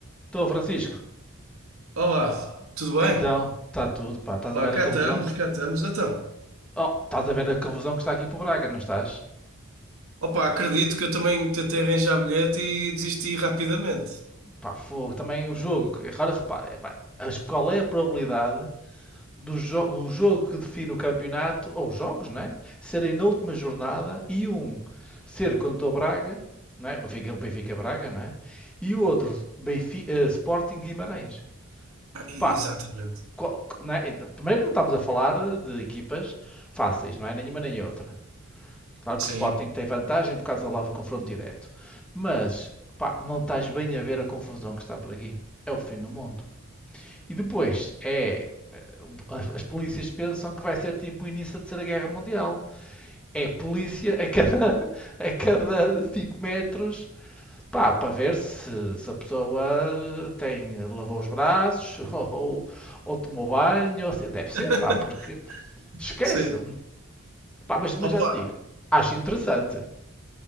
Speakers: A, in the centre; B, on the right (about 75°).
A: Estou, Francisco.
B: Olá, tudo
A: Então,
B: bem?
A: está tudo, pá. Estás
B: Pá,
A: a ver
B: cá
A: a confusão
B: estamos,
A: que...
B: cá estamos. Então,
A: Oh, estás a ver a confusão que está aqui para o Braga, não estás?
B: opá, acredito que eu também tentei arranjar bilhete e desisti rapidamente.
A: Pá, fogo. Também o jogo... que- Agora repara, é, pá, as- qual é a probabilidade do jo- o jogo que define o campeonato, ou os jogos, né? Serem na última jornada e um ser contra o Braga, não é? O Benfica, o Benfica Braga, não é? E o outro, Benfi- eh, Sporting Guimarães.
B: Ah, e-
A: Pá,
B: exatamente.
A: qual- não é? Primeiro não estamos a falar de equipas fáceis, não é? Nenhuma nem outra. Claro
B: Sim.
A: que o Sporting tem vantagem por causa lá do confronto direto. Mas, pá, não estás bem a ver a confusão que está por aqui. É o fim do mundo. E depois, é... As polícias pensam que vai ser tipo o início da Terceira Guerra Mundial. É polícia a cada, a cada cinco metros pá, para ver se, se a pessoa tem, lavou os braços <laughs> ou, ou tomou banho. ou se- Deve ser,
B: <laughs>
A: pá, porque esquece.
B: Sim.
A: Pá, mas, mas
B: Opa,
A: já te digo, acho interessante.